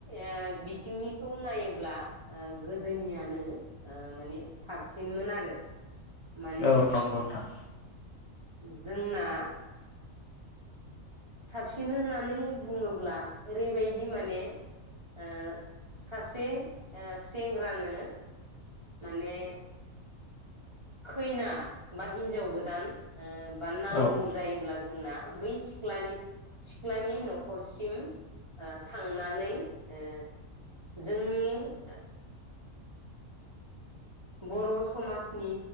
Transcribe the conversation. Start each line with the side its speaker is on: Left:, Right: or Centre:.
Right: ओ बिथिंनिखौ नायोब्ला ओ गोदोनियानो ओ माने साबसिनमोन आरो माने
Left: औ नंगौ नोंथां
Right: जोंना साबसिन होननानै बुङोब्ला ओरैबायदि माने ओ सासे ओ सेंग्रानो माने खैना बा हिनजाव गोदान ओ बा नांगौ
Left: औ
Right: जायोब्ला जोंना बै सिख्लानिस सिख्लानि न'खरसिम ओ थांनानै ओ जोंनि ओ बर' समाजनि